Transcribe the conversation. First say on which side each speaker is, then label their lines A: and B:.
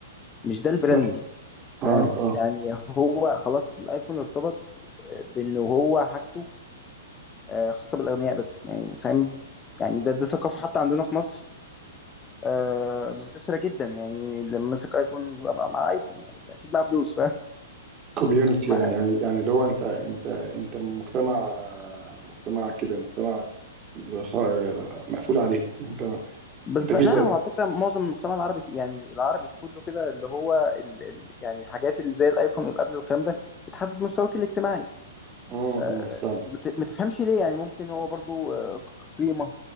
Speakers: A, on the left; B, on the right.
A: مش ده البراندنج
B: لا اه
A: فاهم
B: اه
A: يعني هو خلاص الايفون ارتبط آه، بانه هو حاجته آه، خاصة بالأغنياء بس يعني فاهم يعني ده ده ثقافة حتى عندنا في مصر آه، منتشرة جدا يعني لما ماسك أيفون ببقى مع أيفون يعني أكيد معاه فلوس فاهم
B: كوميونتي
A: <laughs> مع-
B: يعني يعني يعني اللي هو انت انت انت مجتمع مجتمع كده مجتمع خ- مقفول عليه انت
A: بس
B: انت مفيش
A: لا
B: زيه
A: هو على فكرة معظم المجتمع العربي ك- يعني العربي كله كده اللي هو ال ال يعني الحاجات اللي زي الأيفون والأبل والكلام ده بتحدد مستواك الاجتماعي
B: امم
A: آه،
B: فعلا
A: ما ت- ما تفهمش ليه يعني ممكن هو برضو آه، ق- قيمة